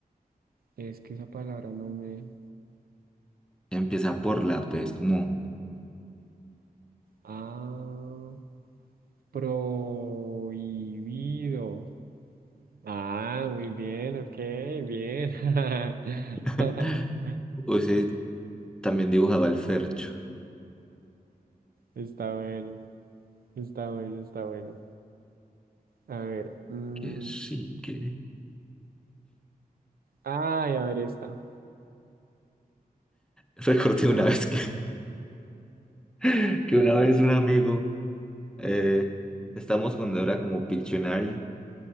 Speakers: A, on the right; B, in the centre.
A: Es que esa palabra no me...
B: Empieza por la P, es como.
A: Ah. Prohibido. Ah, muy bien, ok, bien. <laughs>
B: <laughs> O sea, también dibujaba el Fercho.
A: Está bueno, está bueno, está bueno. A ver. mm,
B: Que sí, que.
A: Ay, a ver esta.
B: Recordé una vez que, <laughs> que
A: ¿Qué
B: una
A: cosa?
B: vez un amigo. Eh, estamos con Débora como Pictionary